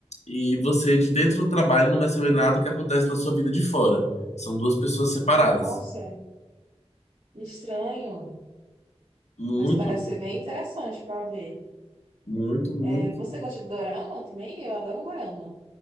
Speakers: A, on the left; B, on the right.
A: e você de dentro do trabalho não vai saber nada que acontece na sua vida de fora. São duas pessoas separadas.
B: Nossa, estranho,
A: Muito,
B: mas parece ser bem interessante para ver.
A: muito, muito.
B: É, Você gosta de dorama também? Eu adoro um dorama.